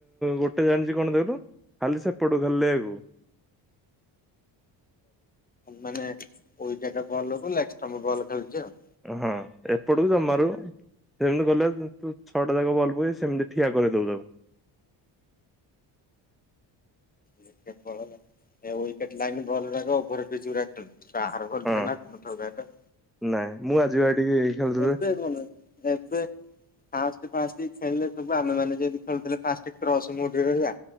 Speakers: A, in the centre; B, on the left.
A: ଗୋଟେ ଜାଣିଛି କଣ ଦେଖିଲୁ ଖାଲି ସେପଟକୁ ଖେଲିଲେ ଆକୁ <inaudible>
B: ମାନେ ଜାଗା ବଲ୍ ହବ ଲେଗଷ୍ଟମ୍ପ ବଲ୍ ଖେଳୁଛି ଆଉ
A: ହଁ ଏପଡ ଜମାରୁ ସେମିତି କଲେ ତୁ ଛଅଟା ଯାକ ଭଲ ପକେଇ ସେମିତି ଠିଆ କରେଇ ଦବୁ ତାକୁ। <inaudible>
B: ଗୋଟେ ପଳେଇଲା ଉଇକେଟ ଲାଇନ ବଲ ଯାକ ଓଭରପିଚ ଗୁରା ଖେଳୁଛି <unintelligible>
A: ହଁ ନାଇଁ ମୁଁ ଆଜିିବ ଆ ଟିକେ ଖେଳୁଥିଲି
B: ଏବେ <unintelligible> ଏବେ ଫାଷ୍ଟ ଫାଷ୍ଟ ଖେଳିଲେ ସବୁ ଆମେମାନେ ଯେନ୍ତି ଖେଳୁଥିଲେ ଫାଷ୍ଟ କ୍ରସ ମୋଡ଼ରେ ରହିବା।